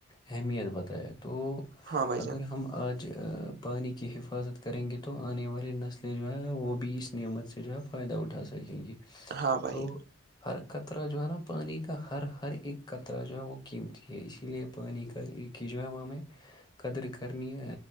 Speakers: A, on the left; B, on the right.
A: اہمیت بتائے تو
B: ہاں بھائی جان
A: اگر ہم آج پانی کی حفاظت کریں گے تو آنے والی نسلیں جو ہے وہ بھی اس نعمت سے جو ہے فائدہ اٹھا سکتے ہیں لگیں گی
B: ہاں بھائی
A: تو ہر قطرہ جو ہے نا پانی کا ہر ہر ایک کطرہ جو ہے وہ قیمتی ہے اسی اس لیے پانی کا ایک کی جو ہے وہاں میں قدر کرنی